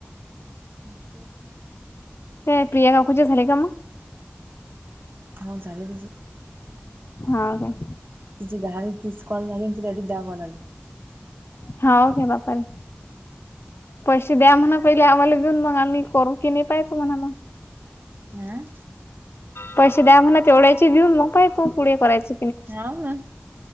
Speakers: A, on the right; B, on the left.
A: इथच
B: ए प्रियां काकूची झाले का मग?
A: हो झाल तिचं
B: हा का
A: तिची दहा तिस कॉल झाली आणि ती दहा कॉल आले.
B: हा ओके बाप रे, पैसे द्या म्हणा पहिले आम्हाला देऊन मग आम्ही करू. कीणी पाय तुम्हाला मग?
A: हम्म?
B: पैसे द्या म्हणा तेवढ्याचे घेऊन, मग पाहि तू पुढे करायच.
A: ह ना,